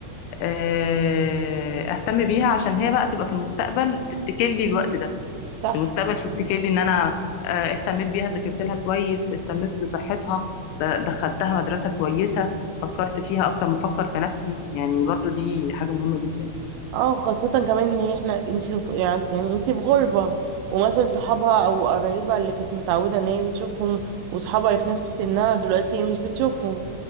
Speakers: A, on the left; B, on the right.
A: آه، اهتم بيها عشان هي بقى تبقى في المستقبل تفتكر لي الوقت ده
B: صح
A: في المستقبل تفتكر لي ان انا آه، اهتميت بيها ذاكرت لها كويس اهتميت بصحتها د- دخلتها مدرسه كويسه فكرت فيها اكتر ما افكر في نفسي يعني برضو دي حاجه مهمه جدا يعني
B: اه خاصة كمان ان احنا انتي في- يعني يعني انتي في غربة ومثلا صحابها او قرايبها اللي كانت متعودة ان هي بتشوفهم وصحابها اللي في نفس سنها دلوقتي هي مش بتشوفهم